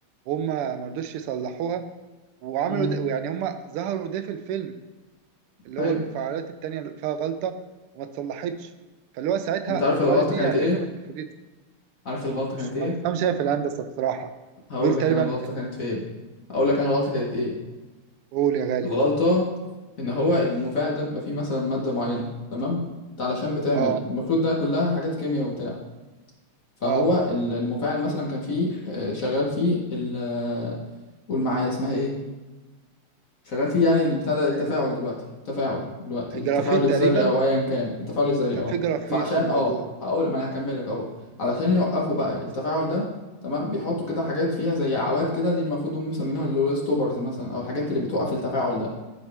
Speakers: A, on the right; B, on the left.
A: هما ما رضوش يصلحوها وعملوا
B: امم
A: ده يعني هما ظهروا ده في الفيلم اللي
B: ايوه
A: هو المفاعلات التانية اللي فيها غلطة وما اتصلحتش فاللي هو ساعتها
B: انت عارف
A: المفاعلات
B: الغلطه
A: دي
B: كانت
A: على
B: ايه
A: فكرة ما اتقفلتش
B: عارف
A: ال-
B: الغلطه
A: مش
B: كانت
A: ما
B: ايه
A: بفهمش أنا في الهندسة بصراحة
B: هقول
A: بيقول
B: لك
A: تقريبا
B: انا الغلطه
A: ال-
B: كانت في ايه هقول لك انا الغلطه كانت ايه
A: قول يا غالي
B: الغلطه ان هو المفاعل ده بيبقى فيه مثلا ماده معينه تمام انت علشان بتعمل
A: اه
B: المفروض ده كلها حاجات كيمياء وبتاع فهو
A: اه
B: ال- المفاعل مثلا كان فيه آه، شغال فيه ال آه، قول معايا اسمها ايه شغال فيه يعني البتاع ده التفاعل
A: آه،
B: دلوقتي التفاعل دلوقتي
A: الجرافيت
B: التفاعل الذري
A: تقريبا
B: او ايا كان التفاعل الذري
A: كان
B: اه
A: في جرافيت
B: فعشان
A: في الموضوع
B: اه هقول ما انا هكملك اهو علشان يوقفوا بقى التفاعل ده تمام بيحطوا كده حاجات فيها زي اعواد كده دي المفروض هم مسمينها اللي هو ستوبرز مثلا او الحاجات اللي بتوقف التفاعل ده